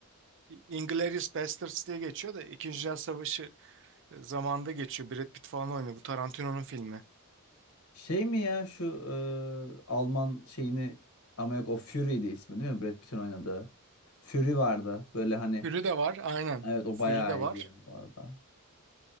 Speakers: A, on the right (about 55°); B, on the left (about 80°).
A: Inglourious Basterds diye geçiyor da İkinci Dünya Savaşı e, zamanında geçiyor. Brad Pitt falan oynuyor. Bu Tarantino'nun filmi.
B: Şey mi ya şu e, Alman şeyini ama yok o Fury'di ismi değil mi? Brad Pitt'in oynadığı. Fury vardı. Böyle hani
A: Fury de var aynen.
B: evet o
A: Fury
B: bayağı
A: de
B: iyiydi
A: var.
B: yani bu arada.